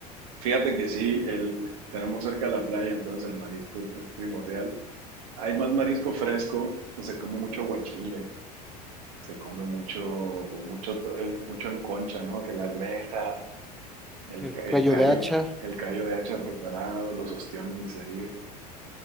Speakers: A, on the right; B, in the centre.
A: fíjate que sí, el, tenemos cerca la playa, entonces el marisco es, es primordial. Hay más marisco fresco, o se come mucho guachile, se come mucho, mucho, to- eh, mucho en concha, ¿no? Que la almeja, el,
B: El callo
A: el callo,
B: de hacha,
A: el callo de hacha preparado, los ostiones, ni se diga.